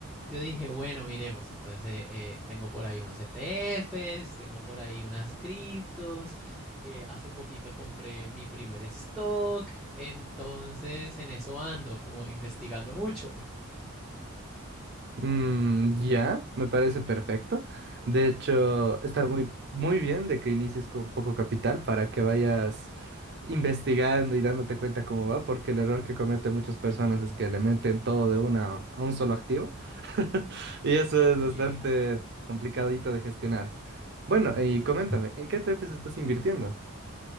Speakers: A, in the centre; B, on the right.
A: yo dije, bueno, miremos. Entonces, eh, eh, tengo por ahí unos ETFs, tengo por ahí unas criptos. eh, hace poquito compré mi primer stock. Entonces, en eso ando, como investigando mucho.
B: Mm, ya, me parece perfecto. De hecho, está muy, muy bien de que inicies con poco capital para que vayas investigando y dándote cuenta cómo va, porque el error que cometen muchas personas es que le meten todo de una a un solo activo y eso
A: Sí,
B: es bastante complicadito de gestionar. Bueno, y
A: sí.
B: coméntame, ¿en qué ETFs estás invirtiendo?